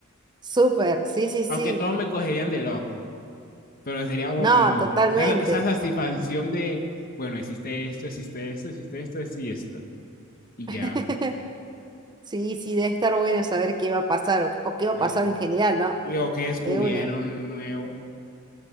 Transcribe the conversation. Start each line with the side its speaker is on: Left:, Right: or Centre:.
Right: súper. Sí, sí, sí.
Left: Aunque todos me cogerían de loco. Pero sería como,
Right: No,
Left: como
Right: totalmente.
Left: esa, esa satisfacción de, bueno, existe esto, existe esto, existe esto, esto y esto. Y
Right: <laughs>
Left: ya.
Right: Sí, sí, debe estar bueno saber qué va a pasar o, o qué va
Left: Eh,
Right: a pasar en general, ¿no?
Left: digo, ¿qué descubrieron
Right: De una.
Left: nuevo?